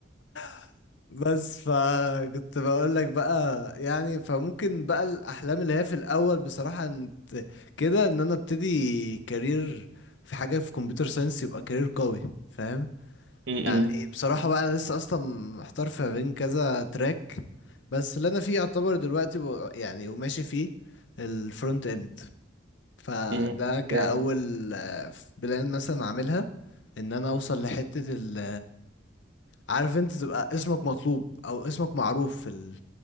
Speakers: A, on the left (about 70°); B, on the right (about 65°).
A: <laughs> بس فكنت بقول لك بقى يعني فممكن بقى الاحلام اللي هي في الاول بصراحة انت كده ان انا ابتدي كارير في حاجة في كمبيوتر ساينس يبقى كارير قوي فاهم
B: م-
A: يعني بصراحة بقى أنا لسه أصلا محتار في بين كذا تراك بس اللي أنا فيه يعتبر دلوقتي ب- يعني وماشي فيه الفرونت إند فده
B: م-
A: كأول
B: م.
A: آه، بلان مثلا أعملها إن أنا أوصل لحتة ال عارف أنت تبقى اسمك مطلوب أو اسمك معروف في ال